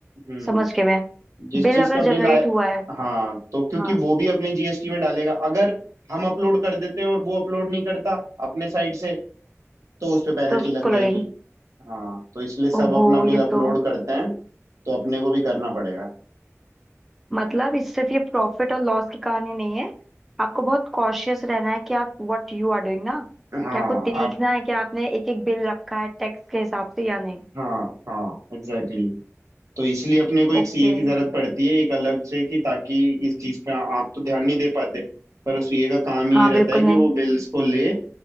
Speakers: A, on the right (about 85°); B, in the centre.
A: हम्म
B: समझ गई मैं
A: जिस
B: बिल
A: चीज
B: अगर
A: का
B: जनरेट
A: बिल आए
B: हुआ है
A: हाँ तो क्योंकि
B: हाँ
A: वो भी अपने जीएसटी में डालेगा अगर हम अपलोड कर देते हैं और वो अपलोड नहीं करता अपने साइड से तो उस पे पेनल्टी
B: तो उसको
A: लग जाएगी
B: लगेगी
A: हाँ तो इसलिए सब
B: ओहो
A: अपना
B: ये
A: बिल अपलोड
B: तो
A: करते हैं तो अपने को भी करना पड़ेगा
B: मतलब इस सिर्फ ये प्रॉफिट और लॉस की कहानी नहीं है आपको बहुत कॉशियस रहना है कि आप व्हाट यू आर डूइंग ना
A: हाँ
B: कि आपको देखना
A: आप
B: है कि आपने एक एक बिल रखा है टैक्स के हिसाब से या नहीं
A: हाँ हाँ एग्जैक्टली exactly. तो इसलिए अपने को एक
B: ओके
A: सीए की जरूरत पड़ती है एक अलग से कि ताकि इस चीज पे आप तो ध्यान नहीं दे पाते पर उस सीए का काम ही
B: हाँ
A: ये रहता
B: बिल्कुल
A: है कि
B: नहीं
A: वो बिल्स को ले